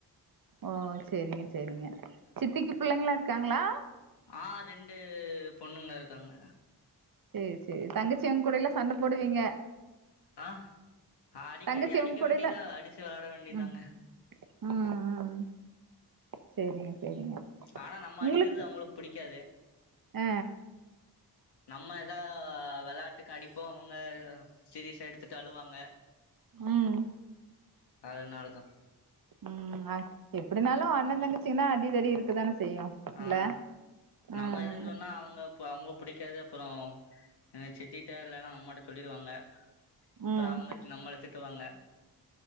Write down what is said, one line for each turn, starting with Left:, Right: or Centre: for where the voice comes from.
Right: ஓ செரிங்க செரிங்க சித்திக்கு பிள்ளைங்கள்லா இருக்காங்களா
Left: ஆ ரெண்டு பொண்ணுங்க இருக்காங்க
Right: சேர் சேர் தங்கச்சியவுங் கூட எல்லா சண்ட போடுவீங்க
Left: ஆ அடிக்கடி
Right: தங்கச்சி
Left: அடிக்க
Right: அவங்க கூடல்லா
Left: வேண்டியதா அடிச்சி விளையாட வேண்டியதாங்க
Right: ம் ம் ம் சேரிங்க சேரிங்க
Left: ஆனா நம்ம
Right: உங்களுக்
Left: அடிக்கிறது அவங்களுக்கு புடிக்காது
Right: அ
Left: நம்ம ஏதா விளையாட்டுக்கு அடிப்போ அவுங்க சீரியசா எடுத்துட்டு அழுவாங்க
Right: ம்
Left: அதனாலதா
Right: ம் எப்டினாலு அண்ணன் தங்கச்சிங்கன்னா அடிதடி இருக்குதானே செய்யு இல்ல
Left: ஆ நம்ம
Right: ம்
Left: எதுன்னு சொன்னா அவங்க அவங்க புடிக்காது அப்புறோ அ சித்திட்ட இல்லன்னா அம்மாட்ட சொல்லிருவாங்க அப்புறோ
Right: ம்
Left: அவுங்க நம்மள திட்டுவாங்க